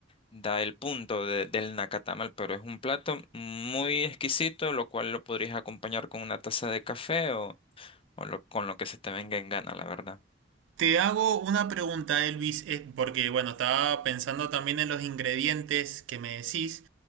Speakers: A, on the left (about 30°); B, on the right (about 80°).
A: Da el punto de- del nacatamal, pero es un plato muy exquisito, lo cual lo podrías acompañar con una taza de café o lo- con lo que se te venga en gana, la verdad.
B: Te hago una pregunta, Elvis, eh, porque bueno, estaba pensando también en los ingredientes que me decís